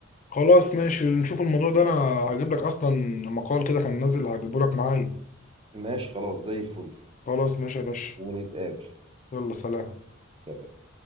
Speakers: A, on the left (about 35°); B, on the right (about 25°).
A: خلاص ماشي نشوف الموضوع ده انا هجيب لك اصلا مقال كده كان نازل هجيبه لك معايا
B: ماشي خلاص زي الفل
A: خلاص ماشي يا باشا
B: ونتقابل
A: يلا سلام
B: سلام